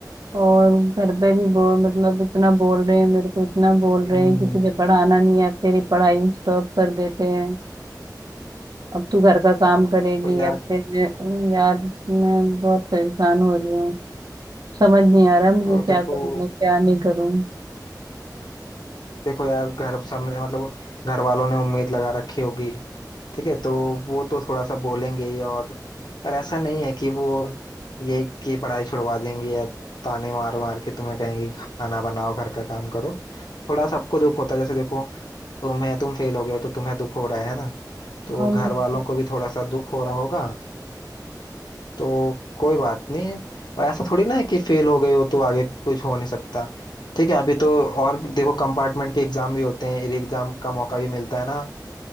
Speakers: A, on the right (about 65°); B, on the left (about 80°).
A: और घर पे भी बोल मतलब इतना बोल रहे हैं मेरे को इतना बोल
B: हम्म,
A: रहे हैं कि तुझे पढ़ाना नहीं है अब तेरी पढ़ाई स्टॉप कर देते हैं अब तू घर का काम करेगी
B: देखो यार
A: अब फिर अम, यार मैं बहुत परेशान हो रही हूँ समझ नहीं आ रहा है
B: तो
A: मुझे क्या
B: देखो
A: करूँ मैं क्या नहीं करूँ
B: देखो यार घर सामने मतलब घर वालों ने उम्मीद लगा रखी होगी ठीक है तो वो तो थोड़ा सा बोलेंगे ही और पर ऐसा नहीं है कि वो ये कि पढ़ाई छुड़वा देंगे या ताने मार मार के तुम्हें कहेंगे कि खाना बनाओ घर का काम करो थोड़ा सबको दुख होता है जैसे देखो तुम्हें तुम फेल हो गए हो, तो तुम्हें दुख हो रहा है ना तो
A: अब
B: घर
A: लगता
B: वालों को भी थोड़ा सा दुख हो रहा होगा तो कोई बात नहीं और ऐसा थोड़ी ना है कि फेल हो गए हो तो आगे कुछ हो नहीं सकता ठीक है अभी तो और भी- देखो कंपार्टमेंट के एग्जाम भी होते हैं एग्जाम का मौका भी मिलता है ना